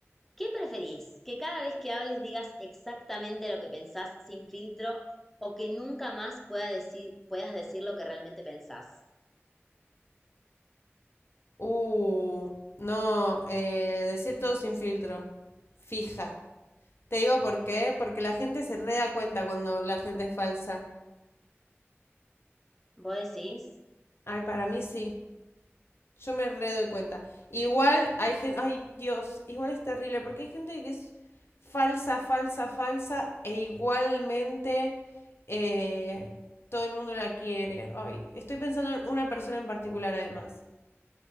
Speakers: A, in the centre; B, on the left (about 60°).
A: ¿Qué preferís? ¿Que cada vez que hables digas exactamente lo que pensás sin filtro o que nunca más pueda decir, puedas decir lo que realmente pensás?
B: Uh, no, eh, decir todo sin filtro. Fija. Te digo por qué, porque la gente se re da cuenta cuando la gente es falsa.
A: ¿Vos decís?
B: Ay, para mí sí. Yo me re doy cuenta. Igual hay gente, ay Dios, igual es terrible, porque hay gente que es falsa, falsa, falsa, e igualmente eh, todo el mundo la quiere. Ay, estoy pensando en una persona en particular además.